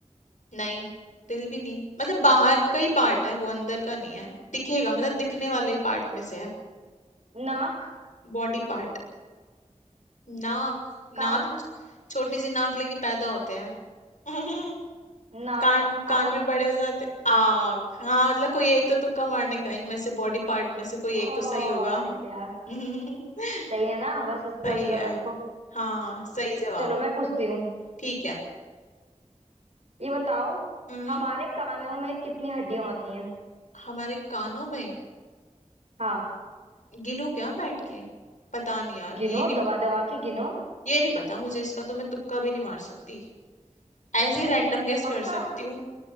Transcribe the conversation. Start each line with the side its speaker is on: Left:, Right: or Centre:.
Left: नहीं दिल भी नहीं मतलब बाहर का ही पार्ट है वो अंदर का नहीं है दिखेगा मतलब दिखने वाले पार्ट में से है
Right: नाक
Left: बॉडी पार्ट नाक
Right: कान
Left: नाक छोटी सी नाक लेके पैदा होते हैं <laughs>
Right: नाक
Left: कान कान
Right: आंख
Left: भी बड़े हो जाते हैं आँख हाँ मतलब कोई एक तो तुक्का मारने का इनमें से बॉडी पार्ट में से कोई
Right: और
Left: एक तो सही होगा
Right: क्या
Left: <laughs>
Right: सही है ना बस इससे
Left: सही
Right: मतलब
Left: है
Right: रखो
Left: हाँ सही जवाब
Right: चलो मैं पूछती हूँ
Left: ठीक है
Right: ये बताओ
Left: हम्म
Right: हमारे कानों में कितनी हड्डियां होती हैं
Left: हमारे कानों में
Right: हाँ
Left: गिनू क्या बैठ के पता नहीं यार
Right: गिनो
Left: ये नहीं
Right: दबा दबा के गिनो
Left: ये नहीं पता मुझे इसका तो मैं तुक्का भी नहीं मार सकती ऐसे ही रैंडम गेस
Right: पक्का
Left: कर सकती हूँ